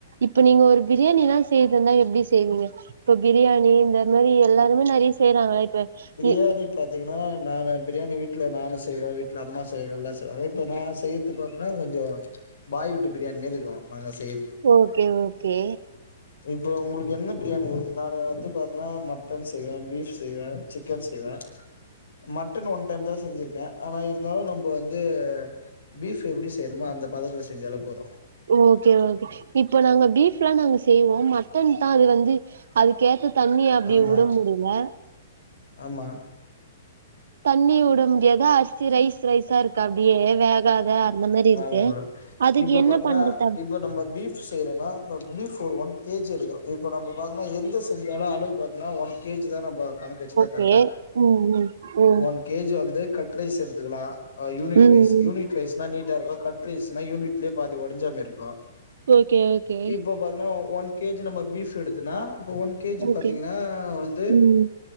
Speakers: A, on the right (about 65°); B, on the left (about 65°).
A: இப்ப நீங்க ஒரு பிரியாணில்லா செய்ரதுன்னா எப்டி செய்வீங்க இப்ப பிரியாணி இந்த மாரி எல்லாருமே நறைய செய்றாங்கல்ல இப்ப
B: பிரியாணி
A: இ
B: பாத்தீங்கன்னா நானு பிரியாணி வீட்ல நானு செய்வ வீட்ல அம்மா செய் எல்லா செய் <unintelligible> இப்போ நா செய் உத்து பாத்தன்னா கொஞ்சோ பாய் வீட்டு பிரியாணி மாறி இருக்கு நாங்க செய்யறது
A: ஓகே ஓகே
B: இப்போ உங்ளுக்கு என்ன பிரியாணி நானு வந்து பாத்தன்னா மட்டன் செய்வே பீஃப் செய்வே சிக்கன் செய்வே மட்டன் ஒன் டைம் தா செஞ்சிருக்கே ஆனா இருந்தாலு நம்ப வந்து பீஃப் எப்டி செய்ணுமோ அந்த பதத்துல செஞ்சாலே போது
A: ஓகே ஓகே இப்போ நாங்க பீஃப்ல்லா நாங்க செய்வோ மட்டன் தா அது வந்து அதுக்கேத்த தண்ணி அப்டி
B: ஆமா
A: விட முடில
B: ஆமா
A: தண்ணி உட முடியாதா அரிசி ரைஸ் ரைஸா இருக்கு அது அப்டியே வேகாத அந்த மாரி இருக்கு
B: ஆமா மேடம்
A: அதுக்கு
B: இப்ப
A: என்ன
B: பாத்தன்னா
A: பண்ற தா
B: இப்ப நம்ம பீஃப் செய்யறோன்னா இப்ப பீஃப் ஒரு ஒன் கேஜி எடுக்குறோ இப்ப நம்ம பாத்தன்னா எந்த செஞ்சாலு அளவு பாத்தன்னா ஒன் கேஜி தா நம்ப கணக்கு வச்சிதா கா
A: ஓகே ம் ம் ம்
B: ஒன் கேஜி வந்து கட் ரைஸ் எடுத்துக்கலா யூனிட்
A: ம்
B: ரைஸ்
A: ம்
B: யூனிட் ரைஸ்னா நீட்டா இருக்கு கட் ரைஸ்னா யூனிட்லயே பாதி உடஞ்சாமேறி இருக்கு
A: ஓகே ஓகே
B: இப்ப பாத்தீன்னா ஒன் கேஜி நம்ம ஃபீப் எடுத்துனா இப்ப ஒன் கேஜி
A: ஓகே
B: பாத்தீங்கனா வந்து
A: ம்